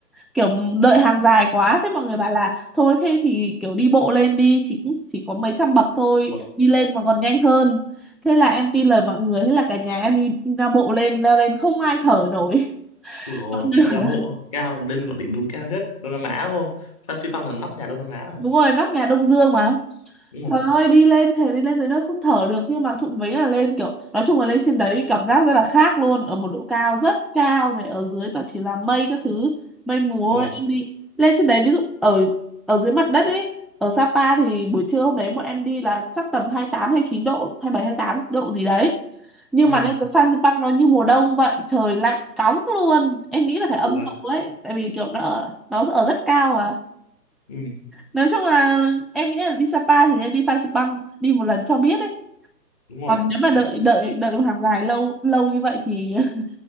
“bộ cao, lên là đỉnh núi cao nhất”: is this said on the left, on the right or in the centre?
Left